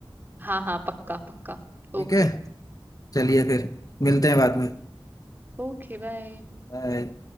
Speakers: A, on the right; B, on the left.
A: हाँ हाँ पक्का पक्का ओके
B: ठीक है चलिए फिर मिलते हैं बाद में
A: Okay bye
B: बाय